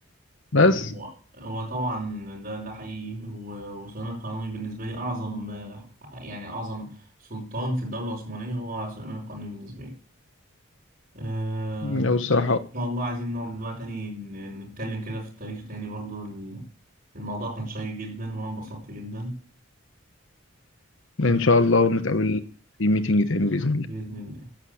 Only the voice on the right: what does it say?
هو هو طبعا ده ده حقيقي و- وسليمان القانوني بالنسبة لي أعظم آه، يعني أعظم سلطان في الدولة العثمانية هو سليمان القانوني بالنسبة لي آه،
إن
شاء الله عايزين نقعد بقى تاني ن- نتكلم كده في التاريخ تاني برضو ال- الموضوع كان شيق جدا وأنا انبسطت جدا ب-
بإذن الله